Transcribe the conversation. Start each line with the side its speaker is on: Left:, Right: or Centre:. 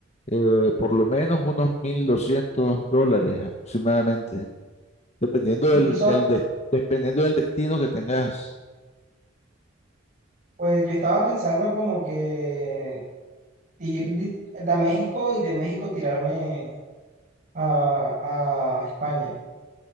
Left: eh, por lo menos unos 1.200 dólares aproximadamente, dependiendo del,
Right: Incluso,
Left: del des- dependiendo del destino que tengas
Right: pues yo estaba pensando como que ir de, de México y de México tirarme a, a España.